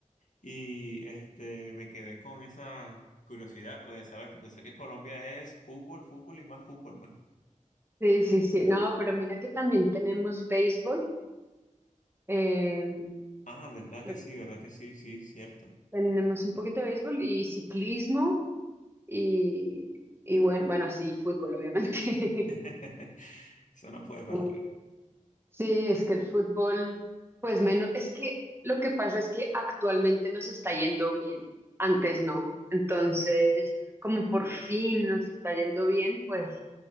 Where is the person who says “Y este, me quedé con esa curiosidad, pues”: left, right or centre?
Left